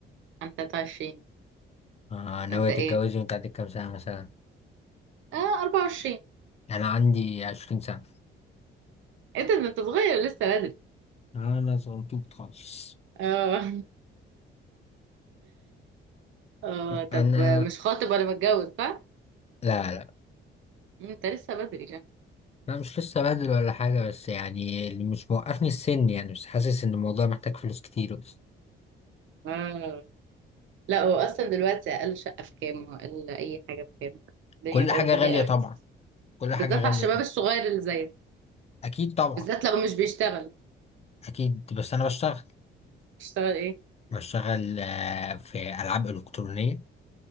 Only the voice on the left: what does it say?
اه ناوية
تتجوزي وانت عندك كام سنة مثلا
انا عندي عشرين سنة
انا صغنطوط خالص
انا
لا لا
لا مش لسه بدل ولا حاجة بس يعني اللي مش موقفني السن يعني مش حاسس إن الموضوع محتاج فلوس كتير
كل
حاجة
غالية
طبعا كل حاجة
غالية
طبعا
أكيد طبعا
أكيد بس أنا بشتغل
بشتغل آه، في ألعاب إلكترونية